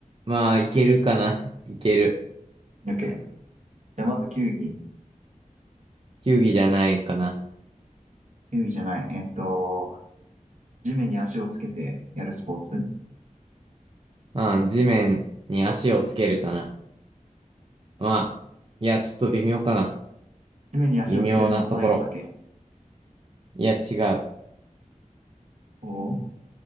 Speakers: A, on the right; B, on the right.
A: まあ、いけるかな。いける。
B: ?OK。じゃあまず球技。
A: 球技じゃないかな。
B: 球技じゃない。えっと、地面に足をつけてやるスポーツ。
A: うん、地面に足をつけるかな。まあ、いや、ちょっと微妙かな。
B: 地面に足をつけるのは最後だけ。
A: 微妙なところ。いや、違う。
B: おー